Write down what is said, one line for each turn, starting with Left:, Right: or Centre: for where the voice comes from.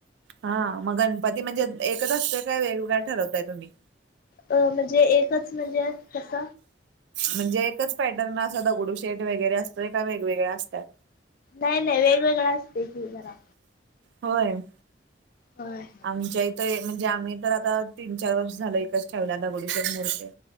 Right: हा मग, गणपती म्हणजे एकच असतेय, काय वेगवेगळ ठरवताय तुम्ही?
Left: अ म्हणजे एकच म्हणजे कस,
Right: म्हणजे एकच पॅटर्न, असा दगडू शेट वगैरे असतोय, का वेगवेगळ्या असतात.
Left: नाही, नाही वेगवेगळा असते की जरा,
Right: होय,
Left: होय, होय,
Right: आमच्या इथं म्हणजे, आम्ही तर आता तीन, चार, वर्ष झालं एकच ठेवल्या, दगडीूशर मूर्ती.